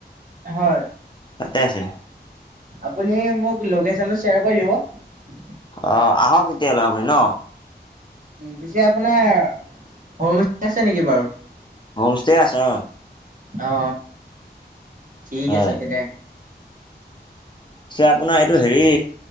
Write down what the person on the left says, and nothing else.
তাতে আছে।
অহ আহক এতিয়া হলে আপুনি ন।
হোমষ্টে আছে অ।
হয়
পিছে আপোনাৰ এইটো হেৰি